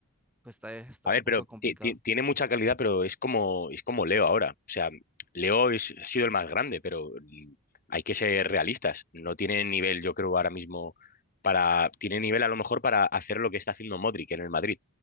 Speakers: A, in the centre; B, on the left.
A: pues está, está
B: A ver,
A: un poco
B: pero
A: complicado.
B: ti- ti- tiene mucha calidad, pero es como, es como Leo ahora. O sea, Leo es- ha sido el más grande, pero mm, hay que ser realistas. No tiene nivel, yo creo, ahora mismo para... Tiene nivel a lo mejor para hacer lo que está haciendo Modric en el Madrid.